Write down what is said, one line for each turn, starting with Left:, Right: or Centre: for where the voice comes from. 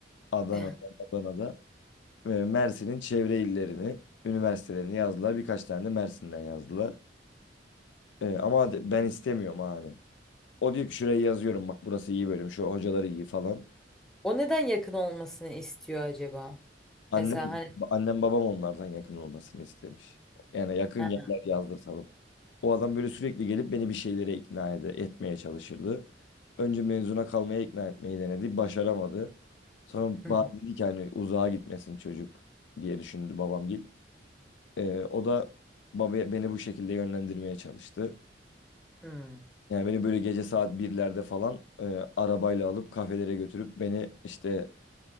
Left: Adana'da,
Centre: <laughs>
Left: Adana'da. Ee, Mersin'in çevre illerini, üniversitelerini yazdılar. Birkaç tane de Mersin'den yazdılar. Ee, ama de- ben istemiyorum ha hani. O diyor ki şuraya yazıyorum bak burası iyi bölüm, şu hocaları iyi falan.
Centre: O neden yakın olmasını istiyor acaba?
Left: Annem,
Centre: Mesela hani
Left: annem babam onlardan yakın olmasını istemiş. Yani yakın
Centre: ha,
Left: yerler yazdırtalım. O adam böyle sürekli gelip beni bir şeylere ikna ede, etmeye çalışırdı. Önce mezuna kalmaya ikna etmeyi denedi. Başaramadı. Sonra
Centre: hı
Left: bana
Centre: hı,
Left: dedi ki hani uzağa gitmesin çocuk diye düşündü babamgil. Ee, o da baba beni bu şekilde yönlendirmeye çalıştı.
Centre: hı.
Left: Yani beni böyle gece saat birlerde falan e, arabayla alıp kafelere götürüp beni işte